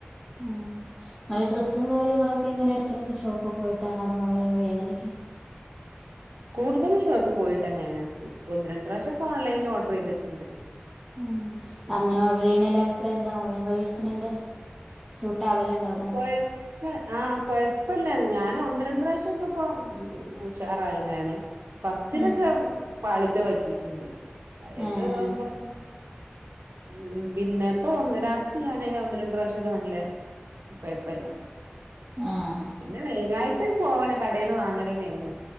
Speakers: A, in the centre; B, on the right.
A: ഉം അഹ് ഡ്രസ്സും കാര്യങ്ങളൊക്കെ ഇങ്ങനെ എടകൊക്കെ ഷോപ്പിൽ പോയിട്ടാണോ അതോ ഓൺലൈൻ വഴിഎങ്ങനെ ഒക്കെയാ.
B: കൂട്തലും ഷോപ്പ് പോയിട്ടന്നേണ് ഇപ്പൊ ഒന്ന് രണ്ട് പ്രാശ്യ ഒക്കെ ഓൺലൈനില് ഓർഡറ് ചെയ്തിട്ടുണ്ട്.
A: ഉം
B: പിന്നെ
A: അങ്ങനെ ഓർഡർ ചെയ്യുന്നതിന്റെ അഭിപ്രായം എന്താ ഓൺലൈൻ വഴി എടുക്കുന്നതിന്റെ സൂട്ടാവലുണ്ടോ?
B: കോയ. പ്പൊ ആഹ് കൊഴപ്പല്ല അത് ഞാൻ ഒന്ന് രണ്ട് പ്രാവശ്യക്കെ ഇപ്പ ഉഷാറായന്നേണ്. ഫസ്റ്റിലൊക്കെ
A: ഏഹ്
B: പാളിച്ച പറ്റിട്ടുണ്ട് അഹ് ഏത്
A: ഏഹ്
B: ആവുമ്പളും. ഉം പിന്നെപ്പൊ ഒൻ ലാസ്റ്റ് ഞാന് ഒന്ന് രണ്ട്‌ പ്രാവശ്യക്കെ നല്ലെ. കൊയപ്പല്ല.
A: <inaudible>
B: പിന്നെ മെയിനായിട്ട് തോനെ കടേന്ന് വാങ്ങലന്നെആണ്